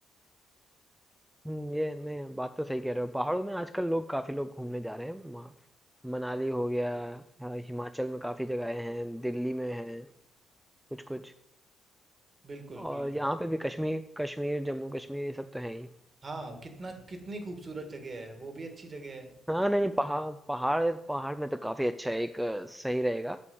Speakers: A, in the centre; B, on the right (about 35°).
A: हम्म, ये नहीं बात तो सही कह रहे हो पहाड़ों में आजकल लोग काफी लोग घूमने जा रहे हैं वहाँ मनाली हो गया अ, हिमाचल में काफी जगहें हैं दिल्ली में हैं कुछ कुछ
B: बिल्कुल
A: और
B: बिल्कुल
A: यहाँ पे भी कश्मीर कश्मीर जम्मू कश्मीर ये सब तो है ही
B: हाँ कितना कितनी खूबसूरत जगह है वो भी अच्छी जगह है
A: हाँ नहीं पहाड़ पहाड़ पहाड़ में तो काफी अच्छा है, एक अ, सही रहेगा